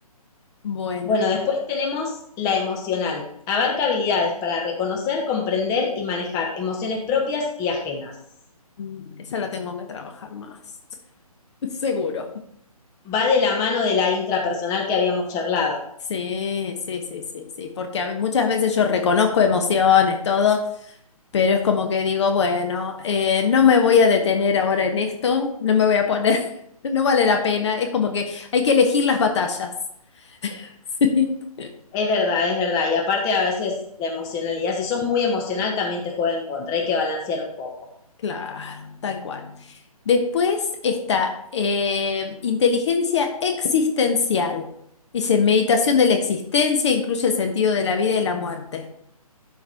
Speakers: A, on the left; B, on the left.
A: Bueno,
B: Bueno, después tenemos la emocional. Abarca habilidades para reconocer, comprender y manejar emociones propias y ajenas.
A: mm, esa la tengo que trabajar más, <laughs> seguro.
B: Va de la mano de la intrapersonal que habíamos charlado.
A: Sí, sí, sí, sí, sí, porque a ve- muchas veces yo reconozco emociones, todo, pero es como que digo, bueno, eh, no me voy a detener ahora en esto, no me voy a poner, <laughs> no vale la pena, es como que hay que elegir las batallas. <laughs>
B: Es verdad, es verdad. Y aparte a veces la emocionalidad, si sos muy emocional también te juega en contra, hay que balancear un poco.
A: Claro, tal cual. Después está eh, inteligencia existencial. Dice, meditación de la existencia incluye el sentido de la vida y la muerte.